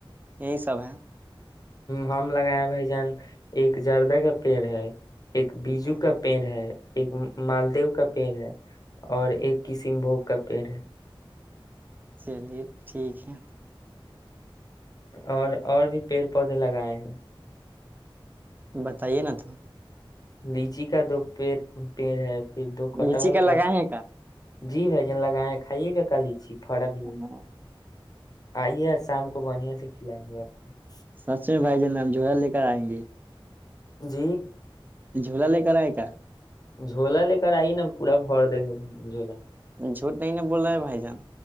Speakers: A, on the right; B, on the left.
A: یہی سب ہے
B: ہم لگایا بھائی جان ایک جردہ کا پیڑ ہے ایک بیجو
A: ہاں
B: کا پینڑ ہے ایک مالدیو کا پیڑ ہے اور ایک کسین بھوگ کا پیڑ ہے
A: چلیے ٹھیک ہے
B: اور اور بھی پیڑ پودے لگائے ہیں
A: بتائیے نا تو
B: لیچی کا دو پڑ پیڑ ہے پھر دو کٹہل
A: لچی کا لگا ہے کا
B: جی بھ جن لگائےیں ہیں کھائیے کے کالی چی پڑا
A: ہاں
B: بھی ہے آئیے آج شام کو بنھیا سے کھلائیں گے آپ کو
A: سچ بھائی جن ہم جلا لے کر آئیں گے
B: جی
A: جھولا لے کرا ہے کا
B: جھولا لے کر آئی نا پورا بور دیں گے بھ جھولا
A: جھوٹ نہیں ن بول رہ ہے بائی جان